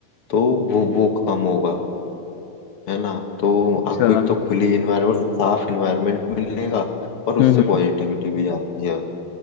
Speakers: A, on the left; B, on the left.
A: तो वो वो कम होगा है ना तो
B: अच्छा
A: आपको एक
B: हम्म
A: तो खुली इन्वायरमेंट साफ इन्वायरमेंट मिलेगा और उससे
B: हम्म
A: पॉजिटिविटी भी आती है